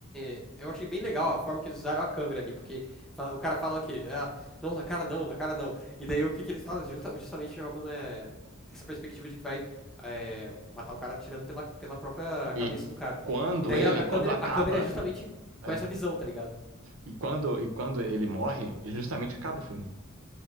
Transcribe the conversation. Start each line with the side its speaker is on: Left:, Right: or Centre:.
Centre: é- eu achei bem legal a forma que eles usaram a câmera ali, porque fa- o cara fala o quê? Ah, não, na cara não, na cara não. E daí o que, que eles falam? Justa- Justamente jogam né, essa perspectiva de que vai é, matar o cara atirando pela, pela própria
Right: E
Centre: cabeça do cara.
Right: quando
Centre: E daí
Right: ele,
Centre: a, a
Right: quando
Centre: câmera,
Right: acaba.
Centre: a câmera é justamente
Right: é.
Centre: com essa visão, tá ligado?
Right: E quando, e quando ele morre, justamente acaba o filme.